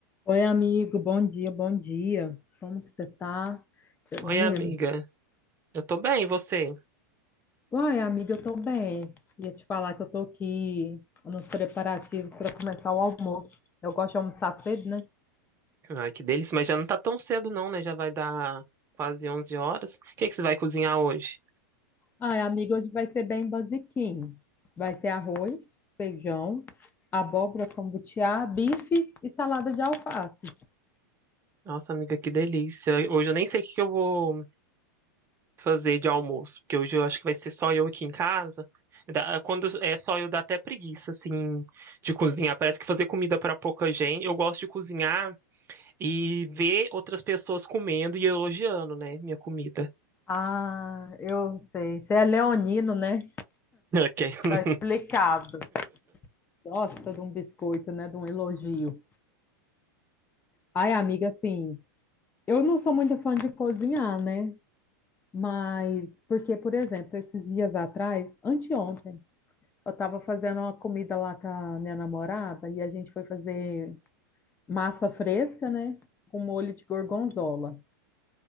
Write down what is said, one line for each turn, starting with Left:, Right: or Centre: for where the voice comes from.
Left: Oi, amigo, bom dia, bom dia. Como que você tá? Eu-
Right: Oi,
Left: Menino,
Right: amiga. Eu tô bem, e você?
Left: uai, amiga, eu tô bem. Ia te falar que eu tô aqui nos preparativos para começar o almoço. Eu gosto de almoçar cedo, né?
Right: Ai, que delícia, mas já não tá tão cedo não, né? Já vai dar quase 11 horas. O que que você vai cozinhar hoje?
Left: Ai, amiga, hoje vai ser bem basiquinho. Vai ser arroz, feijão, abóbora com butiá, bife e salada de alface.
Right: Nossa, amiga, que delícia. Hoje eu nem sei o que que eu vou fazer de almoço, porque hoje eu acho que vai ser só eu aqui em casa. Dá- Quando é só eu, dá até preguiça, assim, de cozinhar. Parece que fazer comida pra pouca gente. Eu gosto de cozinhar e ver outras pessoas comendo e elogiando, né, minha comida.
Left: Ah, eu sei. Você é leonino, né?
Right: <laughs> Ok.
Left: Explicado. Gosta de um biscoito, né? De um elogio. Ai, amiga, assim. Eu não sou muito fã de cozinhar, né? Mas, porque, por exemplo, esses dias atrás, anteontem, eu estava fazendo uma comida lá com a minha namorada e a gente foi fazer massa fresca, né? Com molho de gorgonzola.